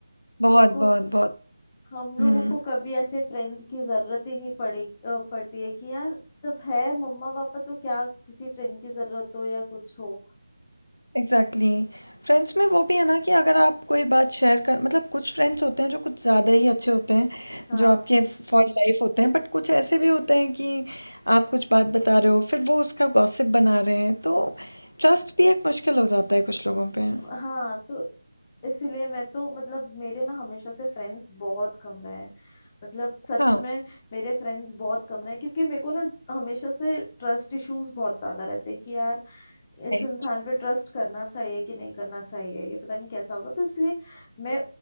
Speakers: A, on the left; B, on the left.
A: बहुत
B: कि को
A: बहुत बहुत
B: हम लोगों
A: हम्म
B: को कभी ऐसे फ्रेंड्स की जरूरत ही नहीं पड़े अ, पड़ती है कि यार जब है मम्मा पापा तो क्या किसी फ्रेंड की जरूरत हो या कुछ हो
A: Exactly exactly. फ्रेंड्स में वो भी है ना कि अगर आप कोई बात शेयर कर मतलब कुछ फ्रेंड्स होते हैं जो कुछ ज़्यादा ही अच्छे होते हैं
B: हाँ
A: जो आपके फॉर लाइफ होते हैं बट कुछ ऐसे भी होते हैं कि आप कुछ बात बता रहे हो फिर वो उसका गॉसिप बना रहे हैं तो ट्रस्ट भी एक मुश्किल हो जाता है कुछ लोगों पे
B: हाँ तो इसीलिए मैं तो मतलब मेरे ना हमेशा से फ्रेंड्स बहुत कम रहे हैं मतलब सच
A: हाँ
B: में मेरे फ्रेंड्स बहुत कम रहे हैं क्योंकि मेरे को ना हमेशा से ट्रस्ट इश्यूज बहुत ज्यादा रहते हैं कि यार इस
A: राइट
B: इंसान पे ट्रस्ट करना चाहिए कि नहीं करना चाहिए ये पता नहीं कैसा होगा तो इसलिए मैं